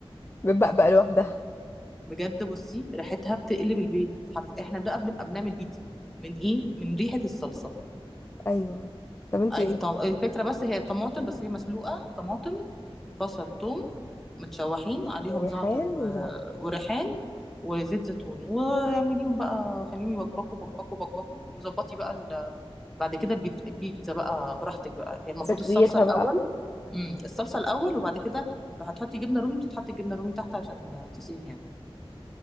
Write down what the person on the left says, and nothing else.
بتبقى بقى لوحدها
ايوه طب انت
ريحان
وزعتر
تسويتها
بقى